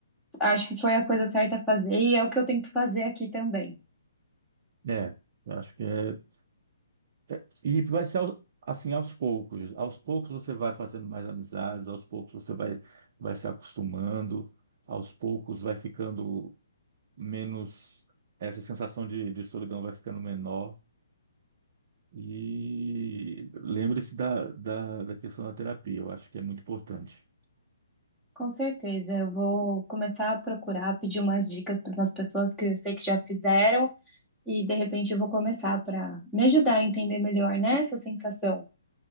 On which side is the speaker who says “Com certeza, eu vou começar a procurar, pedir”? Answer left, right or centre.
Centre